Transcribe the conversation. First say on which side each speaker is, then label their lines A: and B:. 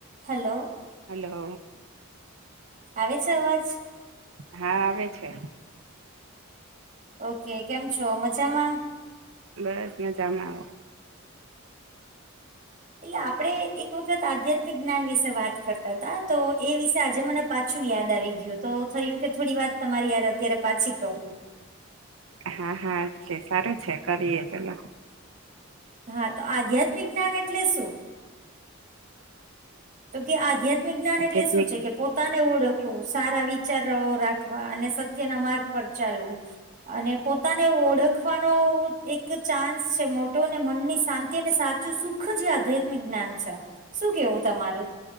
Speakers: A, on the right; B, on the right.
A: Hello
B: hello
A: આવે છે અવાજ
B: હા આવે છે
A: ઓકે કેમ છો મજામાં
B: બસ મજામાં આવે
A: એટલે આપડે એક આધ્યાત્મિક જ્ઞાન વિશે વાત કરતા હતા તો એ વિશે આજે મને પાછું યાદ આવી ગયું હતું તો થયું કે થોડી વાત તમારી હારે અત્યારે પાછી કરુ
B: હા હા છે સારું છે કરીએ ચલો
A: હા તો આધ્યાત્મિકજ્ઞાન એટલે શું તો કે આધ્યાત્મિક જ્ઞાન
B: આધ્યાત્મિક
A: એટલે શું છે કે પોતાના ઓળખવું સારા વિચારો રાખવા અને સત્ય ના માર્ગ પર ચાલવું અને પોતાને ઓળખવાનો એક ચાન્સ છે મોટો અનેને મનની શાંતિ અને સુખ જે આધ્યાત્મિક જ્ઞાન છે શું કેવું તમારું